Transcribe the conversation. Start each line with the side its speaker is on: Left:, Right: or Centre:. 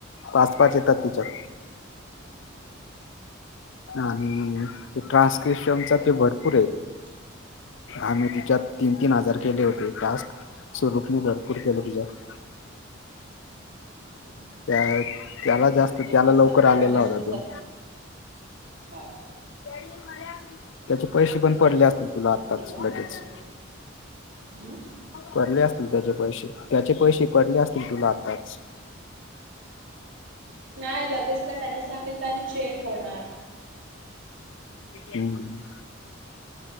Left: पाच पाच येतात तिच्यात. आणि ट्रान्सक्रिशनचा ते भरपूर आहे.
Right: हम.
Left: आम्ही तिच्यात तीन तीन हजार केले होते टास्क स्वरूपनी भरपूर केल तिच्यात.
Right: हम्म
Left: त्या त्याला
Right: <inaudible> मला
Left: जास्त
Right: तर हे
Left: त्याला
Right: वीस
Left: लवकर
Right: आता
Left: आलेला
Right: मगाशी
Left: होता
Right: दिसत
Left: तो
Right: हा.
Left: त्याडी मलायाळ. त्याचे पैसे पण पडले असतील तुला आताच
Right: केला
Left: लगेच.
Right: बघू हम्म
Left: पडले असतील त्याचे पैसे त्याचे पैसे पडले असतील तुला आताच.
Right: नाही लगेच ना त्यांनी सांगितलं आधी चेक होणार.
Left: हम्